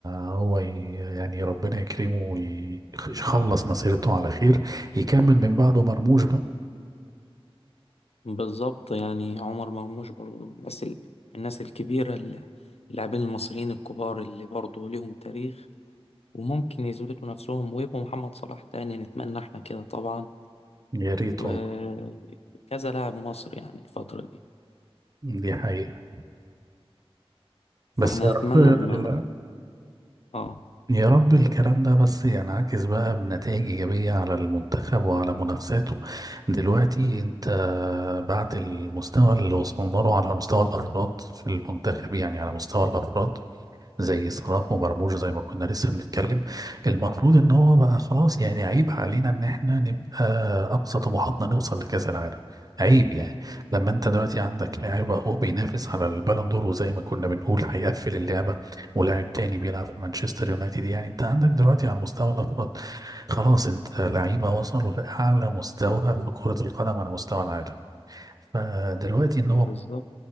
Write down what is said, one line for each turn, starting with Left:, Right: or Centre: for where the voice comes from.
Right: هو ي- يعني ربنا يكرمه ويخلص مسيرته على خير يكمل من بعده مرموش بقى
Left: بالظبط يعني عمر مرموش برضه من الناس ال... من الناس الكبيرة ال- اللاعبين المصريين الكبار اللي برضه ليهم تاريخ وممكن يثبتوا نفسهم ويبقوا محمد صلاح تاني نتمنى احنا كده طبعا
Right: يا ريت
Left: وكذا
Right: والله
Left: لاعب مصري يعني الفترة دي
Right: دي حقيقة بس
Left: فاحنا
Right: يا
Left: نتمنى
Right: رب
Left: ان اه
Right: يا رب الكلام ده بس ينعكس بقى بنتائج إيجابية على المنتخب وعلى منافساته دلوقتي أنت بعد المستوى اللي وصلنا له على مستوى الأفراد في المنتخب يعني على مستوى الأفراد زي صلاح ومرموش زي ما كنا لسه بنتكلم المفروض ان هو بقى خلاص يعني عيب علينا ان احنا نبقى اقصى طموحاتنا نوصل لكاس العالم عيب يعني لما انت دلوقتي عندك لاعب اهو بينافس على البالون دور وزي ما كنا بنقول هيقفل اللعبه ولاعب تاني بيلعب في مانشستر يونايتد يعني انت عندك دلوقتي على مستوى الافراد خلاص انت لعيبه وصلوا لاعلى مستوى في كره القدم على مستوى العالم فدلوقتي ان
Left: بالظبط
Right: هو